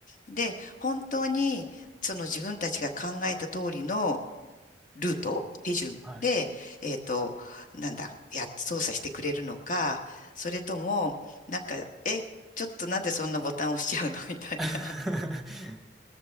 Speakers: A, on the left; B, in the centre.
A: で、本当に、その自分たちが考えた通りのルート、手順で、
B: はい。
A: えっと、なんだ、や、操作してくれるのか、それとも、なんか、え、ちょっとなんでそんなボタン押しちゃうの <laughs> みたいな。
B: <laughs>